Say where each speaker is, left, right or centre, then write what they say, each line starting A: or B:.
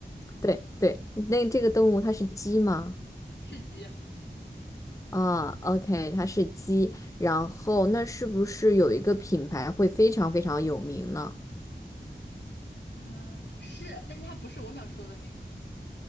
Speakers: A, on the left; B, on the left.
A: 对对，那这个动物它是鸡吗？
B: 是鸡。
A: 啊，OK，它是鸡。然后那是不是有一个品牌会非常非常有名呢？
B: 呃，是，但是它不是我想说的那个，